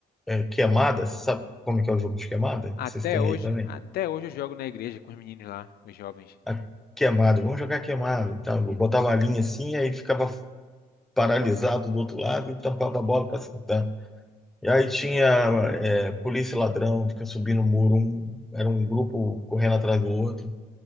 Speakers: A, in the centre; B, on the left.
A: é, queimada. Você sabe como é que é o jogo de queimada?
B: Até
A: Vocês têm
B: hoje,
A: aí também.
B: até hoje eu jogo na igreja com os meninos lá, os jovens.
A: A queimada, vamos jogar queimada. e tal. Eu botava a linha assim, e aí ficava paralisado do outro lado e tampava a bola para acertar. E aí tinha é, polícia e ladrão, fica subindo o muro, um, era um grupo correndo atrás do outro,